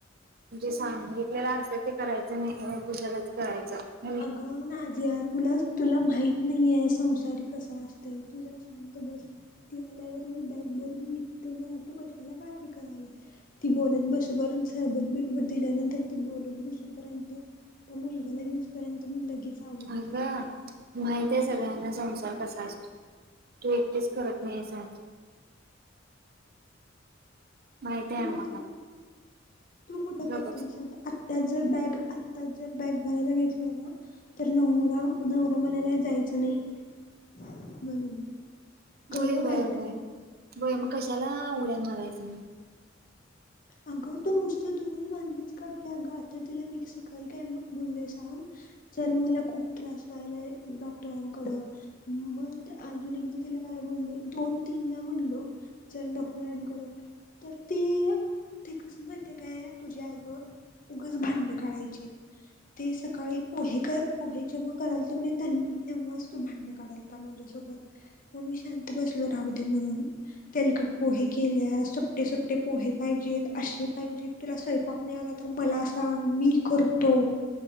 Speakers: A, on the right (about 50°); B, on the left (about 45°).
A: जे सांगितल्याल असतंय ते करायचं नाही दुसरच करायचं. नाही
B: अगं नाजीयाज! तुला तुला माहित नाहीये संसारी हा कसा असतोय तु जरा शांत बस ती आल्यावर मी बॅग भरून निघते ना तु कशाला काळजी करायल्यास ती बोलत बसेपर्यंत सरबत बिर बत दिल्यानंतर ती बोलत बसूपर्यंत त्या मुलगाला घेऊसपर्यंत मी लगेच आवरतोय
A: अग माहित आहे सगळ्यांना संसार कसा असतो? तु एकटीस करत नाही ए संसार माहिती आहे
B: तु
A: मला
B: तर
A: पण
B: तु कुठं
A: गबस.
B: करते सोड आत त्यात जर बॅग आताच जर बॅग भरायला घेतला ना तर नवरा नवरा म्हणायला जायचा जायचं नाही म्हणून कळलं
A: व्हय व्हय
B: काय तुला
A: व्हय बाई मग कशाला उड्या मारायचं मग
B: अगं तो नुसतं दररोज भाडणंच काढतोय अगं आता तिला मी सकाळी काय बोलले सांग? चल मला खूप त्रास व्हालाय, डॉक्टरांकड मग अजून एकदा तिला काय बोललो दोन, तीनदा म्हणलो, चल डॉक्टरांकड तर ते अ ते कसं माहितए काय तुझ्या आईवर उगच भांडण काढायची ते सकाळी पोहे पोहे जेव्हा करायलो तो कि नाही तेव्हाच तो भांडण काढायलता माझ्यासोबत मग मी शांत बसलो राहू दे म्हणून तेलकट पोहे केल्यास सुट्टे सुट्टे ते पोहे पाहिजेत असशी पाहिजे तुला स्वयंपाक नाही, आला तर मला सांग मी करतो